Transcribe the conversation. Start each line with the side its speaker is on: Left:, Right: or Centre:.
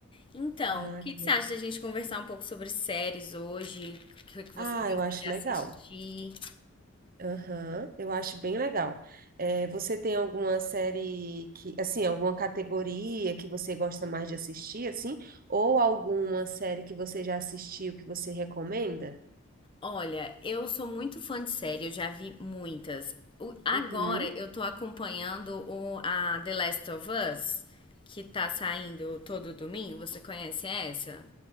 Left: Então,
Right: Ah,
Left: o que
Right: que
Left: que
Right: legal.
Left: você acha da gente conversar um pouco sobre séries hoje? O que que você
Right: Ah,
Left: gosta
Right: eu acho
Left: de assistir?
Right: legal. Aham, eu acho bem legal. É, você tem alguma série que, assim, alguma categoria que você gosta mais de assistir, assim? Ou alguma série que você já assistiu que você recomenda?
Left: Olha, eu sou muito fã de série, eu já vi muitas. O- agora
Right: Uhum.
Left: eu tô acompanhando o, a The Last of Us, que tá saindo todo domingo. Você conhece essa?